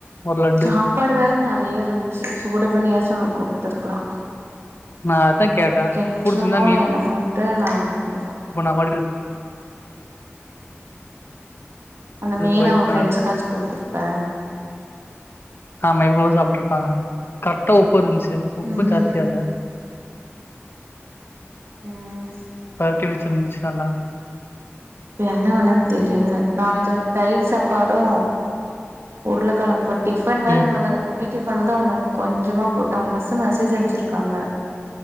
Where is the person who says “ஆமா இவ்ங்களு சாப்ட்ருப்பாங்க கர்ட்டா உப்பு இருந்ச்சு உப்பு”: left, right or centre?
Left